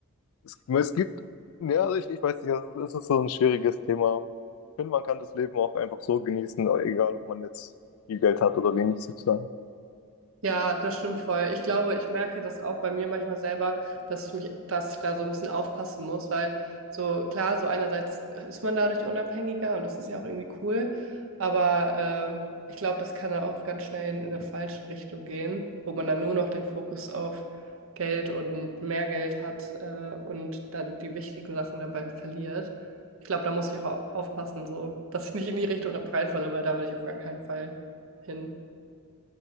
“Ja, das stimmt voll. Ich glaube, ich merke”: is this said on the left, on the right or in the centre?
Right